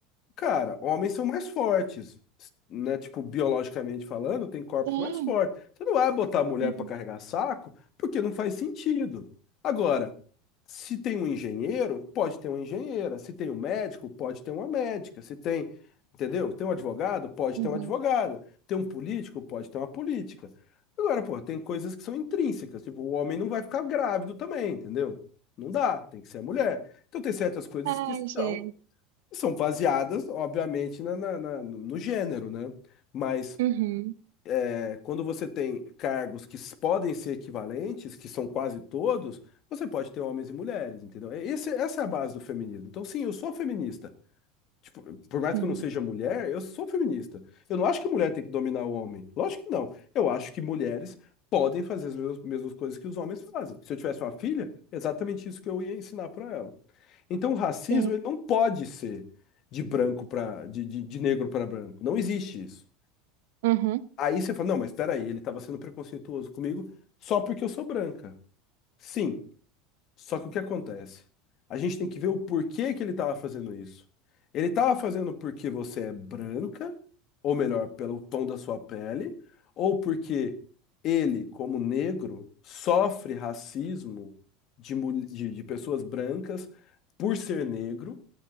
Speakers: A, on the left (about 35°); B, on the right (about 80°).
A: Cara, homens são mais fortes, né? Tipo, biologicamente falando, tem corpos
B: Sim.
A: mais fortes. Você não vai botar mulher
B: Uhum.
A: para carregar saco, porque não faz sentido. Agora, se tem um engenheiro, pode ter uma engenheira. Se tem um médico, pode ter uma médica. Se tem, entendeu? Tem um advogado, pode
B: Uhum.
A: ter uma advogada. Tem um político, pode ter uma política. Agora, pô, tem coisas que são intrínsecas. Tipo, o homem não vai ficar grávido também, entendeu? Não dá, tem que ser a mulher. Então tem certas coisas
B: Ai,
A: que são
B: gente.
A: são baseadas, obviamente, na, na- na- no no gênero, né? Mas
B: Uhum.
A: é, quando você tem cargos que s- podem ser equivalentes, que são quase todos, você pode ter homens e mulheres, entendeu? É- Esse- essa é a base do feminismo. Então, sim, eu sou feminista, Tipo, por mais
B: Uhum.
A: que eu não seja mulher, eu sou feminista. Eu não acho que mulher tem que dominar o homem. Lógico que não. Eu acho que mulheres podem fazer as mesmas, mesmas coisas que os homens fazem. Se eu tivesse uma filha, exatamente isso que eu ia ensinar para ela. Então, o racismo,
B: Sim.
A: ele não pode ser de branco para de, de, de negro para branco. Não existe isso.
B: Uhum.
A: Aí você fala, não, mas espera aí, ele estava sendo preconceituoso comigo só porque eu sou branca. Sim. Só que o que acontece? A gente tem que ver o porquê que ele estava fazendo isso. Ele estava fazendo porque você é branca, ou melhor, pelo tom da sua pele, ou porque ele, como negro, sofre racismo de, mul- de, de pessoas brancas por ser negro